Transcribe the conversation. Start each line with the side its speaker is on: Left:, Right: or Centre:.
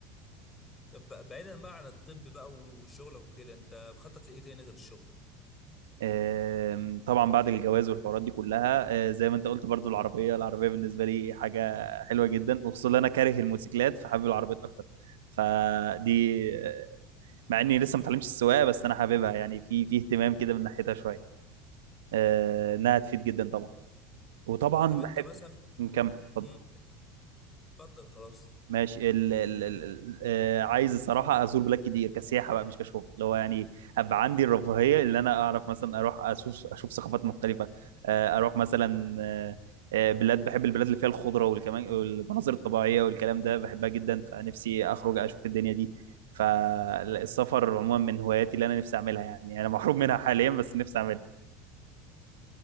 Left: طب بعيدا بقى عن الطب بقى وشغلك وكده انت مخطط لايه تاني غير الشغل
Right: آم، طبعا بعد الجواز والحوارات دي كلها آه، زي ما انت قلت برضو العربيه العربيه بالنسبه لي حاجه حلوه جدا وخصوصا ان انا كاره الموتوسيكلات فحابب العربيات اكتر فدي آه، مع اني لسه ما اتعلمتش السواقه بس انا حاببها يعني في في اهتمام كده من ناحيتها شويه آه، انها تفيد جدا طبعا وطبعا
Left: طب انت
Right: بحب
Left: مثلا
Right: نكمل اتفضل.
Left: امم اتفضل خلاص
Right: ماشي ال... ال... ال... ال- آه، عايز الصراحه ازور بلاد كتير كسياحه بقى مش كشغل اللي هو يعني ابقى عندي الرفاهيه اللي انا اعرف مثلا اروح اشوف اشوف ثقافات مختلفه آه، اروح مثلا آه، آه، بلاد بحب البلاد اللي فيها الخضره والكمان والمناظر الطبيعيه والكلام ده بحبها جدا فنفسي اخرج اشوف الدنيا دي فالسفر عموما من هواياتي اللي انا نفسي اعملها يعني انا محروم منها حاليا بس نفسي اعملها